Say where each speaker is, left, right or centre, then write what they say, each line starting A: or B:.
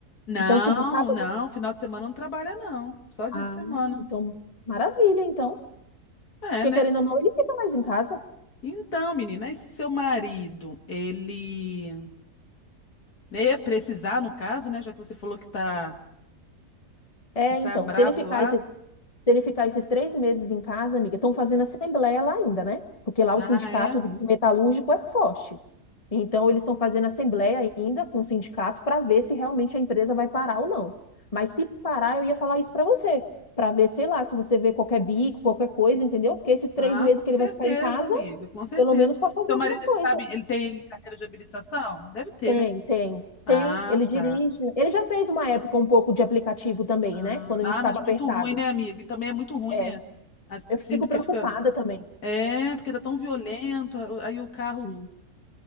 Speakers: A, on the left (about 80°); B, on the left (about 25°).
A: Não,
B: Então, tipo, sábado
A: não, final de semana não trabalha, não. Só dia
B: Ah,
A: de semana.
B: então, maravilha, então.
A: É,
B: Porque
A: né?
B: querendo ou não, ele fica mais em casa.
A: Então, menina, esse seu marido, ele né, ia precisar, no caso, né? Já que você falou que tá,
B: É,
A: que tá
B: então,
A: brabo
B: se ele ficar
A: lá.
B: esses, se ele ficar esses três meses em casa, amiga, estão fazendo assembleia lá ainda, né? Porque lá
A: Ah,
B: o sindicato
A: é?
B: dos metalúrgicos é forte. Então, eles estão fazendo assembleia ainda com o sindicato para ver se realmente a empresa vai parar ou não. Mas se parar, eu ia falar isso para você, para ver, sei lá, se você vê qualquer bico, qualquer coisa, entendeu? Porque esses três
A: Ah,
B: meses
A: com
B: que ele
A: certeza,
B: vai ficar em casa,
A: amiga, com certeza.
B: pelo menos para fazer
A: Seu
B: alguma
A: marido,
B: coisa.
A: ele sabe, ele tem carteira de habilitação? Deve ter,
B: Tem,
A: né?
B: tem,
A: Ah,
B: tem. Ele dirige.
A: tá.
B: Ele já fez uma época um pouco de aplicativo também,
A: Ah,
B: né? Quando a gente estava
A: ah, mas muito
B: apertado.
A: ruim, né, amiga? E também é muito ruim,
B: É,
A: né? Assim,
B: eu fico
A: porque
B: preocupada
A: fica.
B: também.
A: É, porque tá tão violento. a- Aí o carro,
B: Sim.